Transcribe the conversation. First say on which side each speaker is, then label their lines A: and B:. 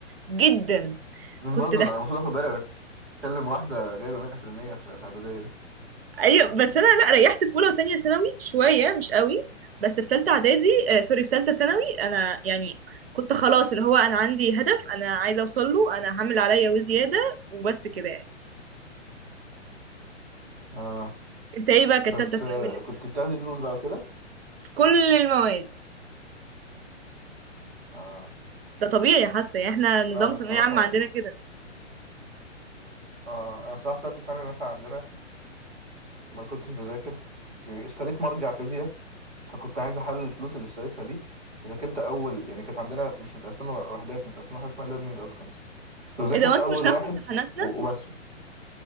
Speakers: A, on the right; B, on the right.
A: جدا
B: من
A: كنت
B: برضه
A: كده
B: انا المفروض اخد بالي بتكلم واحده جايبه 100% في المية في في اعداديه دي.
A: ايوه بس انا لا ريحت في اولى وتانية ثانوي شويه مش قوي بس في ثالثه اعدادي آه سوري في ثالثه ثانوي انا يعني كنت خلاص اللي هو انا عندي هدف انا عايزه اوصل له انا هعمل عليا وزياده وبس كده يعني
B: اه
A: انت ايه بقى كانت
B: بس
A: ثالثه ثانوي
B: آه
A: بالنسبه
B: كنت
A: لك
B: بتاخدي دروس بقى وكده
A: في كل المواد
B: اه
A: ده طبيعي حاسه يعني احنا نظام
B: لا انا
A: ثانويه
B: الصراحه
A: عامه عندنا كده
B: اه انا الصراحه في ثالثه ثانوي مثلا عندنا ما كنتش بذاكر يعني اشتريت مرجع فيزياء فكنت عايز احلل الفلوس اللي اشتريتها بيه فذاكرت اول يعني كانت عندنا مش متقسمه وحدات متقسمه حاجه اسمها ليرنينج اوتكمز كنت بذاكر
A: ايه ده وانتوا
B: اول
A: مش نفس
B: واحد
A: امتحاناتنا
B: و- وبس